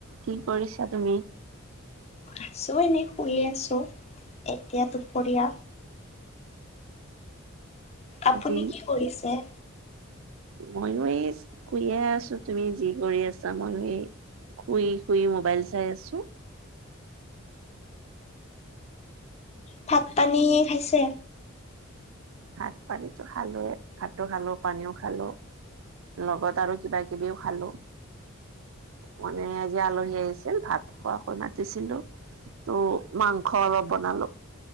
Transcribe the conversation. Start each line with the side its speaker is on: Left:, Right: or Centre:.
Right: কি কৰিছা? তুমি
Left: আছোঁ এনেই শুই আছোঁ এতিয়া দুপৰীয়া। আপুনি
Right: আজি?
Left: কি কৰিছে?
Right: মইয়ো এই শুইে আছোঁ, তুমি যি কৰি আছা মইয়ো এই। শুই শুই মোবাইল চাই আছোঁ।
Left: ভাত পানী খাইছে?
Right: ভাত পানিতো খালোয়ে, ভাতো খালোঁ পানীও খালোঁ। লগত আৰু কিবা-কিবিও খালোঁ। মানে আজি আলহী আহিছিল ভাত খোৱাকৈ মাতিছিলোঁ। ত' মাংস অলপ বনালোঁ,